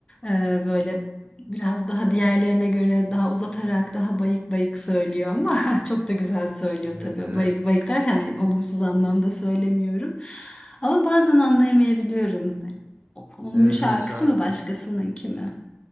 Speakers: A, on the left; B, on the right.
A: e, böyle biraz daha diğerlerine göre daha uzatarak daha bayık bayık söylüyor ama <laughs> çok da güzel söylüyor
B: Evet
A: tabii.
B: evet.
A: Bayık bayık derken hani olumsuz anlamda söylemiyorum. Ama bazen anlayamayabiliyorum. Hani o- onun
B: Evet
A: şarkısı
B: evet şarkı.
A: mı başkasınınki mi?